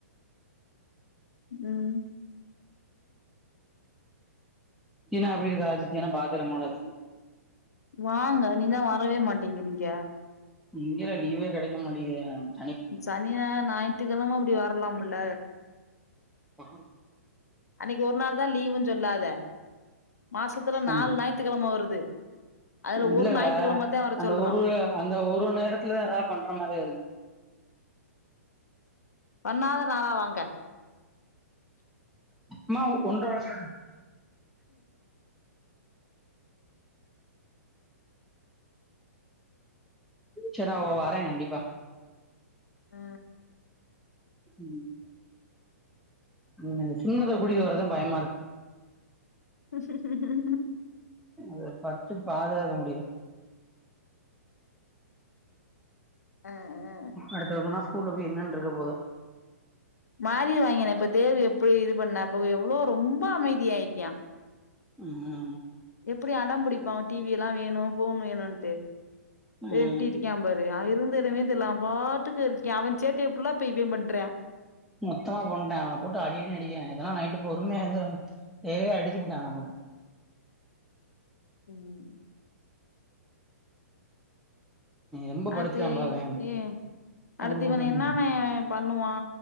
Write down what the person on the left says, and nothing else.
ம்
வாங்க நீதா வரவே மாட்டேங்றீங்க
சனிய ஞாத்துகெழம இப்டி வரலாமுல்ல
அன்னக்கி ஒரு நாள் தா லீவுஞ்சொல்லாத மாசத்துல நாலு
ஞாத்துகெழம வருது அதுல
ஒரு ஞாயித்துக்கிழம தா வர
சொல்றோ
பண்ணாத நாளா வாங்க
அ
<unintelligible>
ஆ அ
மாறி வாங்கினே இப்ப தேவி எப்டி இது பண்ணா இப்போ எவ்ளோ ரொம்ப அமைதியாயிட்டியா
எப்டி அடம்புடிப்பா டி வி லா வேணு ஃபோன் வேணுன்ட்டு இப்ப
எப்டி இருக் க்யான் பாரு அ இருந்த எடமே தெர்ல அவபாட்டுக்கு இருக்யான் அவன் சேட்டய புல்லாப்ப இவன் பண்றா
ம்
அது
ஏ
அடுத்து
இவன என்னமேயம் பண்ணுவா